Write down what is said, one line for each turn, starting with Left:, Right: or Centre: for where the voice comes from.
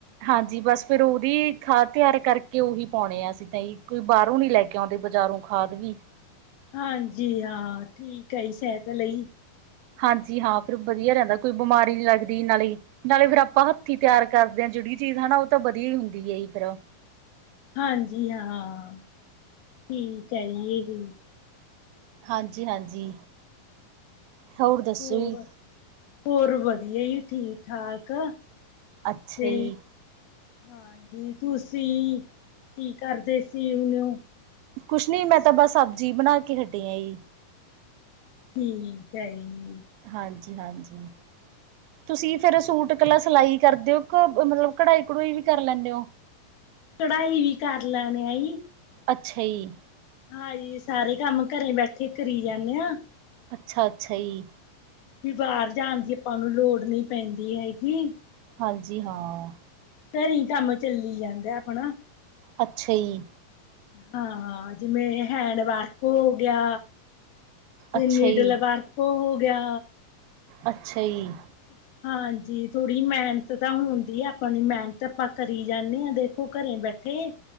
Right: ਹਾਂਜੀ ਬਸ ਫੇਰ ਉਹਦੀ ਖਾਦ ਤਿਆਰ, ਕਰਕੇ ਉਹੀ ਪਾਉਣੇ ਆ ਅਸੀਂ ਤਾਂ ਕੋਈ ਬਾਹਰੋਂ ਨੀ ਲੈ ਕੇ ਆਉਂਦੇ ਬਜ਼ਾਰੋਂ ਖਾਦ ਵੀ
Left: ਹਾਂਜੀ ਹਾਂ ਠੀਕ ਹੈ, ਜੀ ਸਹਿਤ ਲਈ,
Right: ਹਾਂਜੀ ਹਾਂ, ਫਿਰ ਵਧੀਆ ਰਹਿੰਦਾ ਕੋਈ ਬਿਮਾਰੀ ਨਹੀਂ ਲੱਗਦੀ ਇਹਨਾਂ ਲਈ। ਨਾਲੇ ਫੇਰ ਆਪਾਂ ਹੱਥੀ ਤਿਆਰ ਕਰਦੇ ਹਾਂ, ਜਿਹੜੀ ਚੀਜ਼ ਹੈ ਉਹ ਤਾਂ ਵਧੀਆ ਹੀ ਹੁੰਦੀ ਹੈ ਫੇਰ।
Left: ਹਾਂਜੀ ਹਾਂ, ਠੀਕ ਹੈ ਜੀ,
Right: ਹਾਂਜੀ-ਹਾਂਜੀ, ਹੋਰ ਦੱਸੋ
Left: ਹੋਰ
Right: ਈ?
Left: ਹੋਰ ਵਧੀਆ ਹੀ ਠੀਕ-ਠਾਕ
Right: ਅੱਛਾ
Left: ਤੇ,
Right: ਜੀ
Left: ਹਾਂਜੀ, ਤੁਸੀਂ ਕੀ ਕਰਦੇ ਸੀ ਹੁੰਨੇ ਐ?
Right: ਕੁਛ ਨੀ ਮੈਂ ਤਾਂ ਬਸ, ਸਬਜ਼ੀ ਬਣਾ ਕੇ ਹਟੀ ਆਈ ਜੀ।
Left: ਠੀਕ ਹੈ ਜੀ,
Right: ਹਾਂਜੀ- ਹਾਂਜੀ, ਤੁਸੀਂ ਫੇਰ
Left: ਠੀਕ
Right: ਸੂਟ ਕਲਾ ਸਿਲਾਈ ਕਰਦੇ ਹੋ? ਮਤਲਬ ਕਢਾਈ- ਕਢੂਈ ਵੀ ਕਰ ਲੈਂਦੇ ਹੋ?
Left: ਕਢਾਈ ਵੀ ਕਰ ਲੈਨੇ ਆ ਜੀ।
Right: ਅੱਛਾ ਜੀ,
Left: ਹਾਂਜੀ, ਸਾਰੇ ਕੰਮ ਘਰੇ ਬੈਠੇ ਕਰੀ ਜਾਂਦੇ ਆ।
Right: ਅੱਛਾ- ਅੱਛਾ ਜੀ।
Left: ਵੀ ਬਾਹਰ ਜਾਣ ਦੀ ਆਪਾਂ ਨੂੰ ਲੋੜ ਨੀ ਪੈਂਦੀ ਹੈਗੀ।
Right: ਹਾਂਜੀ, ਹਾਂ।
Left: ਘਰੇ ਕੰਮ ਚੱਲੀ ਜਾਂਦਾ ਆਪਣਾ।
Right: ਅੱਛਾ ਇ ਯੇ।
Left: ਹਾਂ, ਜਿਵੇਂ ਹੈਂਡ ਵਰਕ ਹੋ ਗਿਆ। ਤੇ,
Right: ਅੱਛਾ
Left: ਨੀਡਲ
Right: ਜੀ
Left: ਵਰਕ ਹੋ ਗਿਆ।
Right: ਅੱਛਾ ਜੀ।
Left: <inaudible> ਹਾਂਜੀ, ਥੋੜੀ ਮਿਹਨਤ ਤਾਂ ਹੁੰਦੀ ਆ। ਆਪਾਂਣੀ ਮਿਹਨਤ ਆਪਾਂ ਕਰੀ ਜਾਂਨੇ ਹਾਂ ਦੇਖੋ ਘਰੇ ਬੈਠੇ।